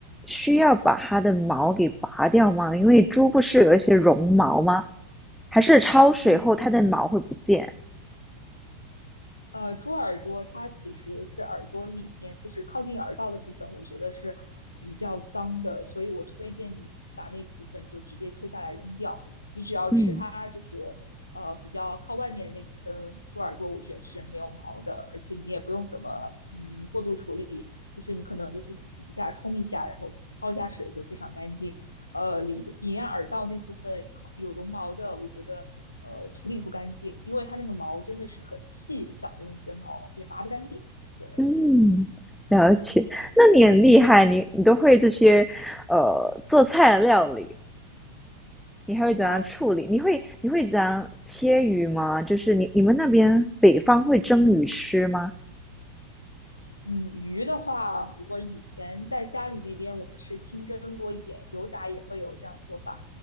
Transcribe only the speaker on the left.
嗯，呃，猪耳朵它其实是耳朵里面，就是靠近耳道的部分，我觉得是比较脏的，所以我推荐你把那部分就直接切下来扔掉。你只要吃它，
就是呃比较靠外面的那部分猪耳朵，我觉得是没有毛的，而且你也不用怎么嗯过度处理，就是你可能就是洗一下、冲一下，然后焯一下水就非常干净。呃里里隐耳道那部分有绒毛的，我觉得呃处理不干净，因为它那个毛真的是很细小的那些毛也拔不干净。对，
呃，
嗯，鱼的话，我以前在家里那边我们是清蒸多一点，油炸也会有这样做法。